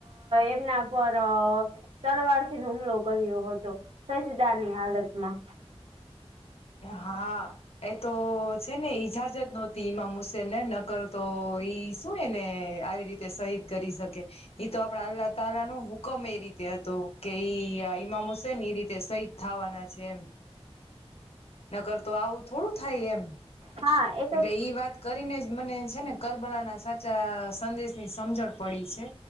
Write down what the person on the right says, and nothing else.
એમના પર તલવારથી ન હુમલો કર્યો હતો સસદા ની હાલતમાં
હા એ તો